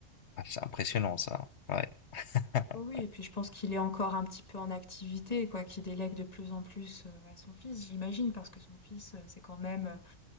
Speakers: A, on the left; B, on the left.
A: Ah, c'est impressionnant, ça. Ouais. <laughs>
B: Oui, oui, et puis je pense qu'il est encore un petit peu en activité, quoi, qu'il délègue de plus en plus euh, à son fils, j'imagine, parce que son fils, euh, c'est quand même euh,